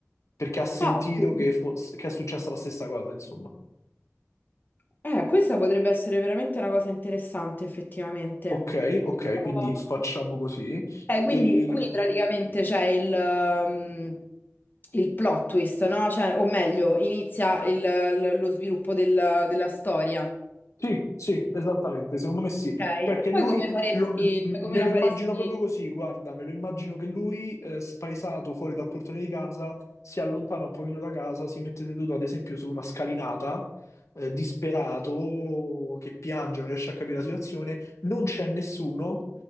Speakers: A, on the left; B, on the left.
A: perché ha sentito
B: Ah, sì.
A: che, fo- che è successa la stessa cosa, insomma.
B: eh, questa potrebbe essere veramente una cosa interessante, effettivamente.
A: Ok, ok,
B: Però-
A: quindi facciamo così.
B: eh, quindi
A: E
B: qui praticamente c'è il, um, il plot twist, no? Cioè, o meglio, inizia il- l- lo sviluppo del- della storia. Ok,
A: Sì, sì, esattamente, secondo me sì.
B: E
A: Cioè che lui,
B: poi come faresti,
A: lo- m-
B: cioè, come
A: me
B: la
A: lo
B: faresti?
A: immagino proprio così, guarda, me lo immagino che lui, eh, spaesato fuori dal portone di casa, si allontana un pochino da casa, si mette seduto ad esempio su una scalinata, eh, disperato, che piange, non riesce a capire la situazione, non c'è nessuno